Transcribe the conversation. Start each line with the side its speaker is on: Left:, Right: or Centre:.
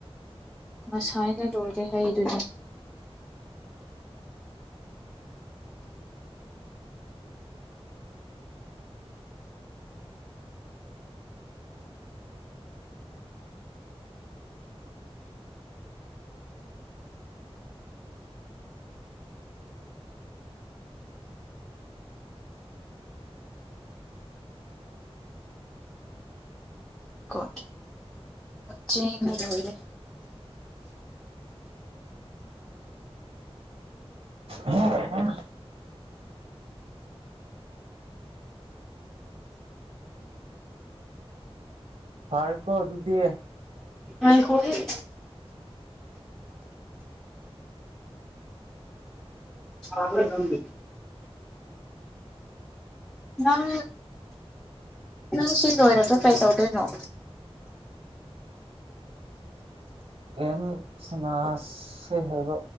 Centre: ꯉꯁꯥꯏꯅ ꯂꯣꯏꯔꯦ ꯍꯩꯗꯨꯗꯤ ꯀꯠ ꯆꯗꯤ ꯑꯣꯏꯔꯦ
Right: ꯍ ꯍ ꯐꯔꯦꯀꯣ ꯑꯗꯨꯗꯤ
Centre: ꯑ ꯍꯣꯣꯏ ꯍ ꯉꯦ ꯅꯪ ꯅꯪ ꯁꯤ ꯂꯣꯏꯔꯁꯨ ꯀꯩ ꯇꯧꯗꯣꯏꯅꯣ
Right: ꯒꯦꯝ ꯁꯃꯥꯖꯁꯤꯦ ꯍꯥꯏꯕ